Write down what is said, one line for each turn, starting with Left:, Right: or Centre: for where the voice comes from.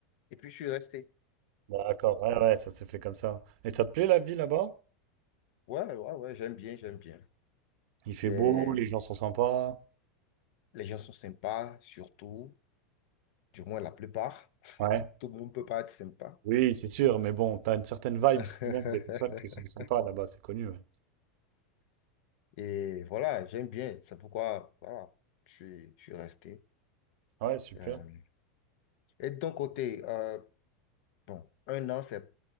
Left: Et puis je suis resté.
Right: D'accord, ouais, ouais, ça s'est fait comme ça. Et ça te plaît la vie là-bas?
Left: Ouais, ouais, ouais, ouais, j'aime bien, j'aime bien.
Right: Il
Left: C'est...
Right: fait beau, les gens sont sympas.
Left: Les gens sont sympas, surtout. du moins la plupart.
Right: Ouais.
Left: Tout le monde peut pas être sympa.
Right: Oui, c'est sûr, mais bon, t'as une certaine vibe
Left: <laughs>
Right: quand même des personnes qui sont sympas là-bas, c'est connu. Ouais,
Left: Et voilà, j'aime bien. C'est pourquoi voilà, je suis, je suis resté.
Right: Ouais, super.
Left: Euh, et de ton côté, euh, bon, un an, c'est